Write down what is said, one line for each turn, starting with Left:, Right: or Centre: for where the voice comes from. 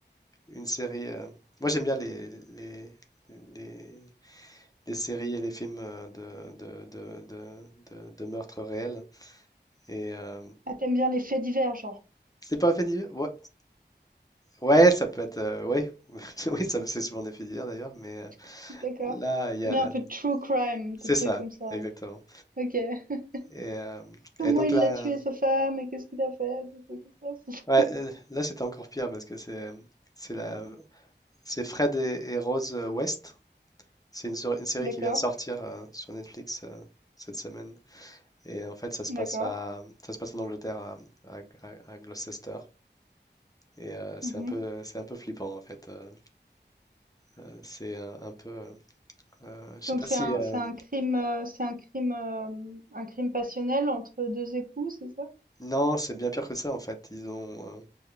Left: une série. euh, moi j'aime bien les, les, les, les séries et les films euh, de, de, de, de, de- de meurtres réels. Et euh,
Right: Ah, t'aimes bien les faits divers, genre.
Left: c'est pas un fait divers? Ouais, ouais, ça peut être. euh, ouais. <laughs> Oui, ça c'est souvent des faits divers d'ailleurs, mais euh,
Right: <laughs> D'accord.
Left: là, il y
Right: T'aimes
Left: a
Right: bien
Left: la-
Right: un peu de true crime,
Left: c'est
Right: des trucs
Left: ça,
Right: comme ça.
Left: exactement.
Right: Ok. <laughs>
Left: Et, euh,
Right: Comment
Left: et donc
Right: il
Left: là,
Right: l'a tué, sa femme, et qu'est-ce qu'il a fait, des trucs comme ça.
Left: ouais,
Right: c'est-
Left: euh, là c'était encore pire parce que c'est. C'est la, C'est Fred et, et Rose euh, West. C'est une, sur- une série
Right: <laughs> D'accord,
Left: qui vient de sortir euh, sur Netflix euh, cette semaine. Et en fait, ça se
Right: d'accord.
Left: passe à, ça se passe en Angleterre, à, à- à- à Gloucester. Et euh, c'est
Right: Mhm.
Left: un peu, c'est un peu flippant en fait. Euh, euh, c'est un, un peu, euh, euh, je
Right: Donc
Left: sais pas
Right: c'est
Left: si,
Right: un,
Left: euh,
Right: c'est un crime, euh, c'est un crime, euh, un crime passionnel entre deux époux, c'est ça?
Left: non, c'est bien pire que ça en fait. Ils ont, euh,